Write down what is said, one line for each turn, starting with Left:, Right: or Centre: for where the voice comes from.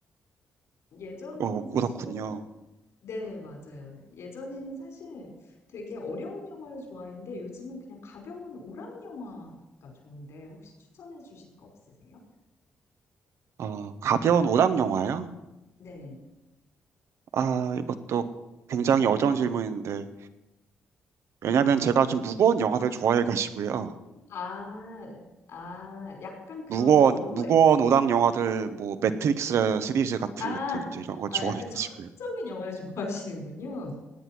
Left: 예전에는
Right: 어,
Left: 사실
Right: 그렇군요.
Left: 네, 맞아요. 예전에는 사실 되게 어려운 영화를 좋아했는데 요즘은 그냥 가벼운 오락 영화가 좋은데 혹시 추천해 주실 거 없으세요?
Right: 어, 가벼운 오락 영화요?
Left: 네.
Right: 아, 이것도 굉장히 어려운 질문인데, 왜냐면 제가 좀 무거운 영화를 좋아해가지고요.
Left: 아, 네. 아, 약간 그런
Right: 무거운,
Left: 러브,
Right: 무거운 오락 영화들, 뭐, 매트릭스 시리즈 같은
Left: 아,
Right: 것들, 이제 이런 걸
Left: 아,
Right: 좋아해가지고요.
Left: 약간 철학적인 영화를 <laughs> 좋아하시는군요.